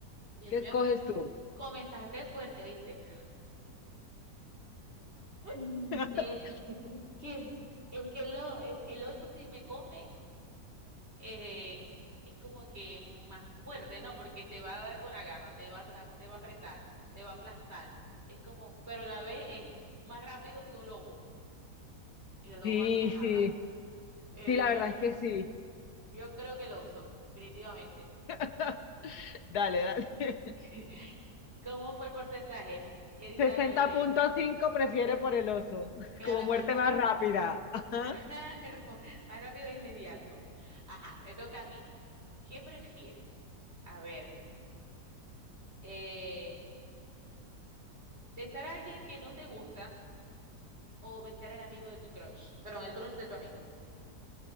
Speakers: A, on the right (about 35°); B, on the left (about 70°).
A: Dios
B: ¿Qué
A: mío,
B: escoges
A: pero
B: tú?
A: comenzaste fuerte, ¿oíste? <laughs>
B: <laughs>
A: Eh, <laughs> que, es que el, o- es- el oso si me come, eh, es como que más fuerte, ¿no? Porque te va a dar con la garra, te va a atra- te va a apretar, te va a aplastar. Es como, pero la B es más rápido que un lobo y los lobos
B: Sí,
A: van en manada.
B: sí,
A: Eh,
B: sí, la verdad
A: yo,
B: es que sí.
A: yo creo que el oso, definitivamente.
B: <laughs> Dale, dale.
A: <laughs> ¿Cómo fue el porcentaje? ¿Qué dice
B: Sesenta
A: la mayoría?
B: punto cinco prefiere por el oso, <laughs>
A: Claro,
B: como
A: es
B: muerte
A: más rápido.
B: más rápida. Ajá.
A: Claro, <laughs> más rápido e inmediato. Ajá, me toca a mí. ¿Qué prefieres? A ver, eh, besar a alguien que no te gusta o besar al amigo de tu crush. Perdón, el crush de tu amigo.